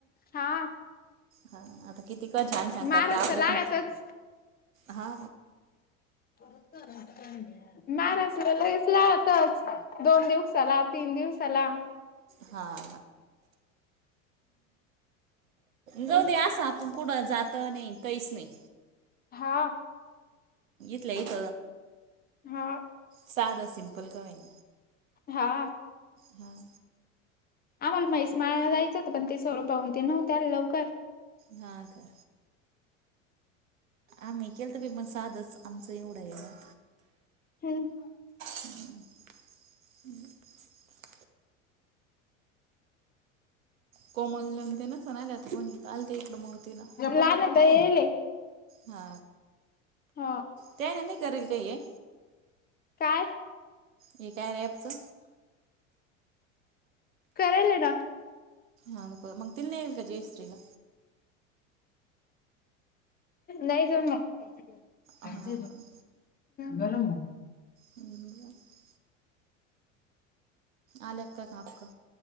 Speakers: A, on the left (about 25°); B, on the right (about 80°).
A: हा
B: हा आता किती का छान छान
A: महाराज
B: करते आपल्याकण
A: तर लागतच.
B: हा
A: बत मार अस लस लातच दोन दिवसाला तीन दिवस चला
B: हाम् जाऊ दे असा आपण कुठ जात नाही काहीच नाही
A: हा
B: लत
A: हा
B: साधदा संपल ग होई
A: हा
B: हम
A: आम्हाला म्हैस माळला जायचं पण ते स्वरूपाहून ते नव्ह त्या लवकर
B: हा का आम्ही केलं तर बी पण साधच आमचं एवढं येल
A: हम्म
B: ह कोमल ते ना सणा आले आता कोण आल ते इकडं मग तिला
A: लहान तर येयेले.
B: हा
A: हो
B: त्या नाही करेल का ये
A: काय
B: ह काय रेपच
A: करायले ना
B: हांक मग तल्लाल का जयश्रीला
A: नाही जा म खयच
B: हा का
A: गरम
B: बरं आल्या का अक्का